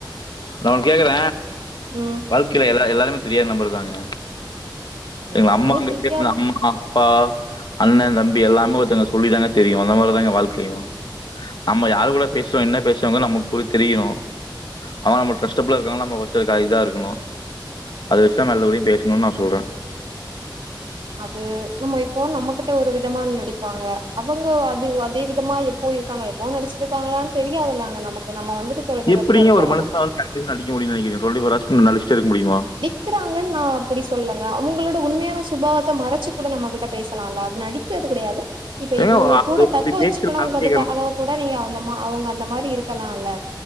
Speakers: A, on the left (about 65°); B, on the right (about 75°).
A: நா ஒன்னு கேக்குற
B: ம்
A: வாழ்க்கையில எல்ல எல்லாருமே தெரியாதா நம்பர் தாங்க செரிங்களா
B: எல்லாருமே
A: அம்மா <unintelligible>
B: தெரியாத
A: அம்மா அப்பா அண்ணன் தம்பி எல்லாமே ஒருத்தவங்க சொல்லி தாங்க தெரியு அந்த மாதிரிதாங்க வாழ்க்கையு நம்ம யாரு கூட பேசுறோ என்ன பேசுவோன்றது நமக்கு புரி தெரியு அவ நமக்கு டரஸ்டப்பில்லா இருக்காங்கனா நம்ப ஃபர்ஸ்ட் இதுக்க இதா இருக்கன்னு அத வச்ச தா நல்லபடிய பேசணுனு நா சொல்லற
B: அது நம்ம இப்போ நம்மகிட்ட ஒரு விதமான நடிப்பாங்க அவங்க அது அதே விதமா எப் போ இருக்காங்க எப்பவு நடிச்சிருக்காங்களான்னு தெரியாததுல்லாங்க நமக்கு நம்ம வந்துட்டு தொலை தூரத்துல
A: எப்டிங்க
B: இருக்கோ
A: ஒரு மனுஷனால கண்டினுயூஸா நடிக்க முடியுன்னு நெனைக்கிறீங்க டுவென்டி ஃபோர் ஹவர்ஸ் நடிச்சிட்டே இருக்க முடியமா
B: க்கறாங்கன்னு நா அப்டி சொல்லுலங்க அவங்களோட உண்மையான சுபாவ ச்சு கூட நம்மகிட்ட பேசலால்ல அது நடிக்கிறது கெடையாது இப்ப
A: ஏங்க
B: இவங்க
A: அது
B: கூட
A: அப்படி
B: தக்க வச்சுக்கணுங்கதுக்காக
A: மேய்ச்சல் கேக்குறேன்.
B: கூட நீங்க அந்த அவங்க அந்த மாரி இருக்கலால்ல